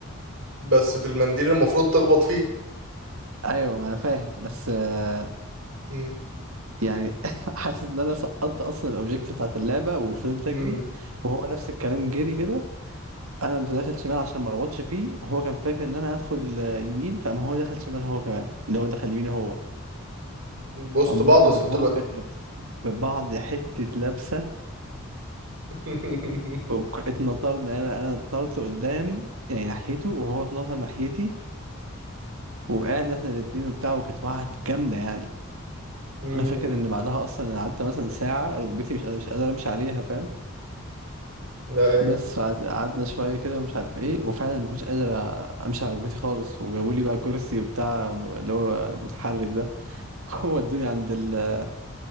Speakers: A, on the right; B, on the right.
A: بس في المنديل المفروض تخبط فيه
B: ايوه ما انا فاهم بس آه،
A: مم.
B: يعني <laughs> حاسس ان انا سقطت اصلا الاوبجيكتيف بتاعت اللعبه وفضلت اجري
A: مم.
B: وهو نفس الكلام جري كده انا كنت داخل شمال عشان ما اخبطش فيه وهو كان فاكر ان انا هدخل آه، يمين فقام هو دخل شمال هو كمان اللي هو دخل يمين هو
A: بوست
B: قمنا
A: بعض
B: انا
A: وسبت
B: وهو
A: المنديل
B: لابسين في بعض حته لبسه
A: <laughs>
B: وك- اتنطرنا انا انا اتنطرت قدام يعني ناحيته وهو اتنطر ناحيتي وقعنا احنا الاتنين وبتاع وكانت وقعت جامده يعني
A: مم.
B: انا فاكر ان بعدها اصلا انا قعدت مثلا ساعه ركبتي مش مش قادر امشي عليها فاهم
A: أيوة.
B: بس قعد- قعدنا شويه كده ومش عارف ايه وفعلا ما كنتش قادر امشي على ركبتي خالص وجابوا لي بقى كرسي وبتاع اللي هو متحرك ده هو ادوني عند ال-